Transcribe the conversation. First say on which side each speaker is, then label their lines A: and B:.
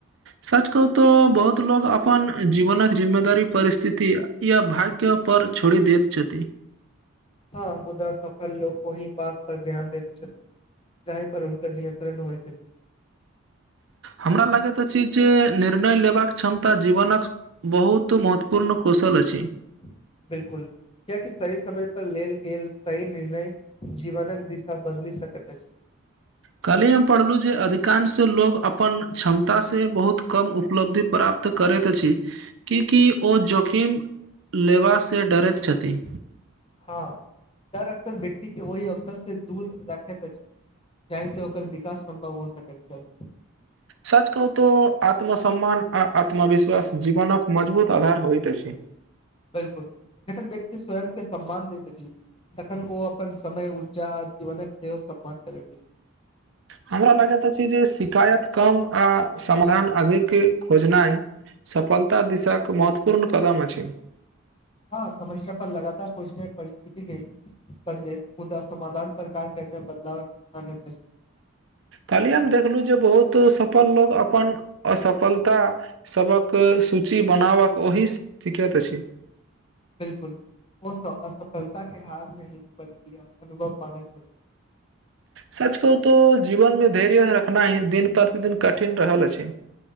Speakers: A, on the right (about 60°); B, on the left (about 25°).
A: सच कहू तऽ बहुत लोग अपन जीवनक जिम्मेदारी परिस्थिति या भाग्य के ऊपर छोड़ि दैत छथि
B: हँ मुद्दा सफल लोक ओहि बात पर ध्यान देैत छथिन जाहे पर हुनकर नियंत्रण होइत अछि
A: हमरा लागैत अछि जे निर्णय लेबाक क्षमता जीवनक बहुत महत्वपूर्ण कौशल अछी
B: <inaudible> बिलकुल कि आकी सही समय पर लेल गेल सही निर्णय जीवनक दिशा बदलि सकैत अछि
A: कल्हे हम पढ़लू जे अधिकांश लोग अपन क्षमता से बहुत कम उपलब्धि प्राप्त त करैत अछि क्यूकि ओ जोखिम लेबा से डरैत छथि
B: हँ डर अक्सर व्यक्ति के ओहि अवसर से दूर राखैत अछि जाहिसँ ओकर विकास सम्भव हो सकैत छल
A: सच कहू तऽ आत्मसम्मान आ आत्मविश्वास जीवनक मजबूत आधार होइत अछि
B: बिलकुल जखन व्यक्ति स्वयं के सम्मान दैत अछि तखन ओ अपन समय ऊर्जा आ जीवनक सेहो सम्मान करैत अछि
A: हमरा लगैत अछि जे शिकायत कम आ समाधान अधिक खोजनाइ सफलता दिशा क महत्वपूर्ण कदम अछि
B: <inaudible> हँ समस्या पर लगातार सोचने परिस्थिति रही <inaudible> पहिले मुद्दा समधान पर कार्य करनाय बदलाव <unintelligible>
A: कल्हि हम देखलहु जे बहुत सफल लोग अपन असफलता सभक सूची बनाबक ओहि सिखैत अछि
B: बिलकुल ओ सब असफलता के हार नहि बल्कि अनुभव मानै छथिन
A: सच कहू तो जीवन मे धैर्य रखनाय दिन प्रतिदिन कठिन रहल अछि